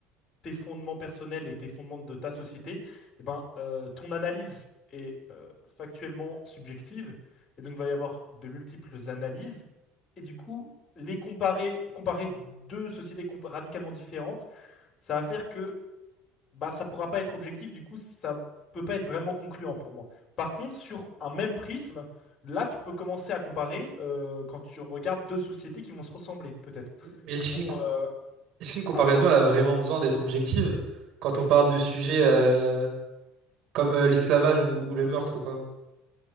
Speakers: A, on the left; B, on the right.
A: tes fondements personnels et tes fondements de ta société, eh ben, euh, ton analyse est euh, factuellement subjective. Et donc, il va y avoir de multiples analyses. Et du coup, les comparer, comparer deux sociétés comp- radicalement différentes, ça va faire que bah, ça pourra pas être objectif. Du coup, ça peut pas être vraiment concluant pour moi. Par contre, sur un même prisme, là, tu peux commencer à comparer euh, quand tu regardes deux sociétés qui vont se ressembler, peut-être,
B: Mais
A: qui
B: si
A: vont
B: une,
A: euh,
B: Est-ce qu'une comparaison,
A: avoir.
B: elle a vraiment besoin d'être objective quand on parle de sujets euh, comme euh, l'esclavage ou, ou le meurtre, quoi?